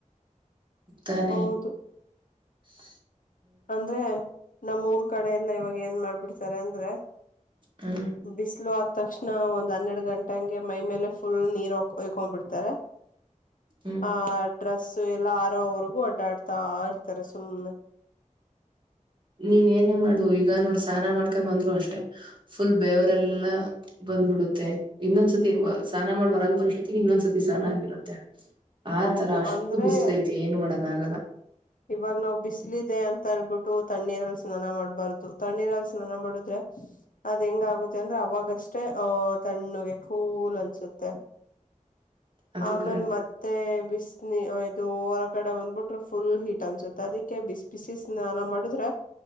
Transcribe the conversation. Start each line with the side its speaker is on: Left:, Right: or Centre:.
Right: ತಾನೆ.
Left: ಹೌದು
Right: ಹ.
Left: ಅಂದ್ರೆ ನಮ ಊರ್ ಕಡೆ ಎಲ್ಲ ಇವಾಗ ಏನ್ ಮಾಡ್ಬಿಡ್ತಾರೆ ಅಂದ್ರೆ.
Right: ಹ್ಮ.
Left: ಬಿಸಿಲು ಆದ ತಕ್ಷಣ ಒಂದ್ ಹನ್ನೆರಡ್ ಗಂಟೆ ಹಂಗೆ ಮೈ ಮೇಲೆ ಫುಲ್ ನೀರ್ಯ್ಕೊಂಡ್ಬ ಬಿಡ್ತಾರೆ.
Right: ಹ್ಮ್
Left: ಹ ಡ್ರೆಸ್ಸು ಎಲ್ಲ ಆರೋವರ್ಗೂ ಓಡ್ಡಾಡ್ತಾ ಇರ್ತಾರೆ ಸುಮ್ಮ್ನೆ.
Right: ನೀನ್ ಏನೇ ಮಾಡು ಈಗ ನೋಡ್ ಸ್ನಾನ ಮಾಡ್ಕೊಂಡ್ ಬಂದ್ರು ಅಷ್ಟೆ ಫುಲ್ ಬೇವರೆಲ್ಲಾ. ಬಂದ್ಬಿಡುತ್ತೆ ಇನ್ನೊಂದ್ಸತಿ ಸ್ನಾನ ಮಾಡ್ ಬರಂದ್ ಬರೊತ್ತ ಇನ್ನೊಂದ್ಸತಿ ಸ್ನಾನ ಆಗಿರುತ್ತೆ. ಆತರ
Left: ಹೌದು
Right: ಅಷ್ಟು
Left: ಅಂದ್ರೆ
Right: ಬಿಸಲಐತಿ ಏನ್ ಮಾಡಕ್ಕ ಆಗಲ್ಲ.
Left: ಇವಾಗ ನಾ್ ಬಿಸ್ಲ ಇದೆ ಅಂತ ಹೇಳ್ಬಿಟ್ಟು ತಣ್ಣೀರಲ್ಲಿ ಸ್ನಾನ ಮಾಡ್ಬಾರ್ದು. ತಣ್ಣೀರ ಹಲ್ಸನ ಮಾಡುದ್ರೆ. ಅದ್ ಹೆಂಗಾಗುತ್ತೆ ಅಂದ್ರೆ ಅವಾಗಷ್ಟೇ ಅಹ ತಣ್ಣುಗೆ ಕೂಲ್ ಅನ್ಸುತ್ತೆ.
Right: ಅದು
Left: ಆಮೇಲ್
Right: ಕರೆಕ್ಟ್
Left: ಮತ್ತೆ ಬಿಸನಿ ಇದು ಹೊರಗಡೆ ಬಂದ್ಬಿಟ್ರೆ ಫುಲ್ ಹಿಟ್ ತನ್ಸುತ್ತೆ ಅದಕ್ಕೆ ಬಿಸ್ ಬಿಸ ನಾನ ಮಾಡುದ್ರೆ